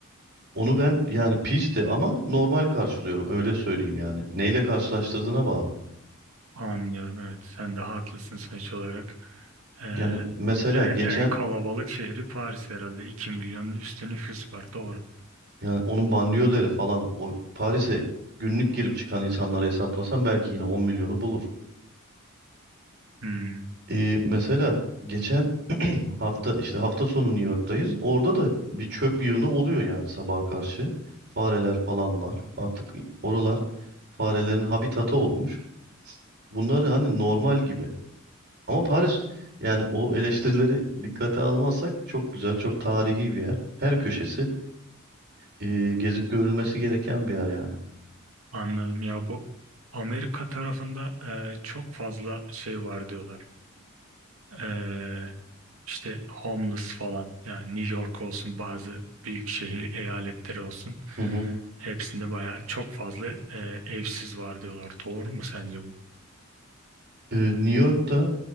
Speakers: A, on the right (about 55°); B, on the right (about 75°).
A: Onu ben yani pisti ama normal karşılıyorum öyle söyleyeyim yani. Neyle karşılaştırdığına bağlı.
B: anlıyorum, evet. Sen de haklısın sonuç olarak. Ee,
A: Yani mesela
B: e-
A: geçen
B: en kalabalık şehri Paris herhalde. 2 milyonun üstü nüfus var, doğru.
A: yani onun banliyöleri falan o Paris'e günlük girip çıkan insanlara hesaplasam belki yine 10 milyonu bulur.
B: Hmm,
A: Ee, mesela geçen hafta işte hafta sonu New York'tayız. Orada da bir çöp yığını oluyor yani sabaha karşı. Fareler falan var. Artık oralar farelerin habitatı olmuş. Bunlar hani normal gibi. Ama Paris yani o eleştirileri dikkate almazsak çok güzel, çok tarihi bir yer. Her köşesi e, gezip görülmesi gereken bir yer yani.
B: anladım ya bu Amerika tarafında e, çok fazla şey var diyorlar. Ee, işte homeless falan yani New York olsun bazı büyük şehir eyaletleri olsun
A: Hı hı.
B: hepsinde bayağı çok fazla e, evsiz var diyorlar. Doğru mu sence bu?
A: E, New York'ta